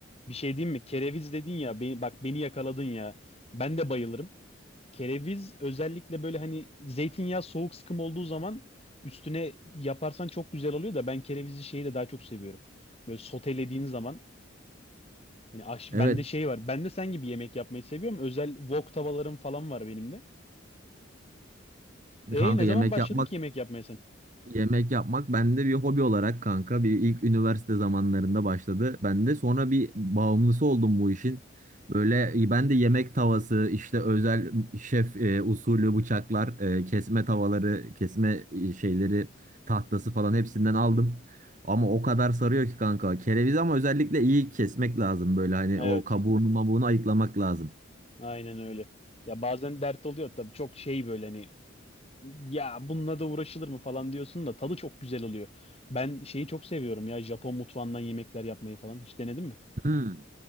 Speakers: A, on the left; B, on the right.
A: Bir şey diyeyim mi? Kereviz dedin ya beni, bak beni yakaladın ya. Ben de bayılırım. Kereviz özellikle böyle hani zeytinyağı soğuk sıkım olduğu zaman üstüne yaparsan çok güzel oluyor da ben kerevizi şeyle daha çok seviyorum. Böyle sotelediğin zaman hani aş,
B: Evet
A: bende şey var. Ben de sen gibi yemek yapmayı seviyorum. Özel wok tavalarım falan var benim de.
B: Bir
A: E
B: Kanka
A: ne zaman
B: yemek
A: başladın
B: yapmak
A: ki yemek yapmaya sen?
B: yemek yapmak bende bir hobi olarak kanka bir ilk üniversite zamanlarında başladı. Ben de sonra bir bağımlısı oldum bu işin. Böyle e, ben de yemek tavası işte özel şef e, usulü bıçaklar, e, kesme tavaları, kesme e, şeyleri, tahtası falan hepsinden aldım. Ama o kadar sarıyor ki kanka. Kereviz ama özellikle iyi kesmek lazım böyle hani
A: Evet.
B: o kabuğunu mabuğunu ayıklamak lazım.
A: Aynen öyle. Ya bazen dert oluyor tabii çok şey böyle hani ya bununla da uğraşılır mı falan diyorsun da tadı çok güzel oluyor. Ben şeyi çok seviyorum ya Japon mutfağından yemekler yapmayı falan. Hiç denedin mi?
B: Hmm.